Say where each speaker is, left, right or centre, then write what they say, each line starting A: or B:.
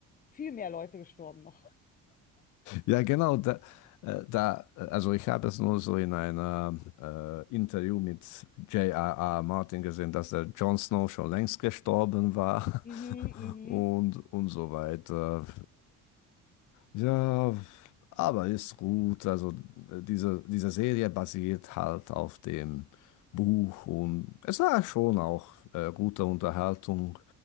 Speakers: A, on the left; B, on the left.
A: viel mehr Leute gestorben noch.
B: Ja, genau. Da, äh, da, äh, also ich habe es nur so in einem äh, Interview mit J J.R.R. Martin gesehen, dass der Jon Snow schon längst gestorben war
A: Mhm,
B: <laughs>
A: mhm.
B: und, und so weiter. Äh, ja, aber ist gut. Also äh, diese, diese Serie basiert halt auf dem Buch und es war schon auch äh, gute Unterhaltung.